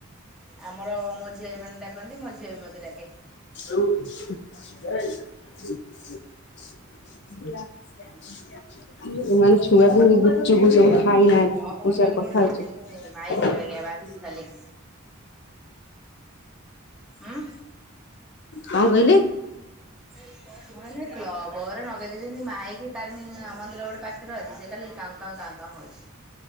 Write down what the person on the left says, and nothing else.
ହ <unintelligible> ହ <unintelligible> ଏମାନେ ଛୁଆ ଗୁପୁଚୁପ ସବୁ ଖାଇନାହାନ୍ତି ମୁଁ ସିଆଡେ
କଥା
ହୋଉଛି
କଣ କହିଲେ?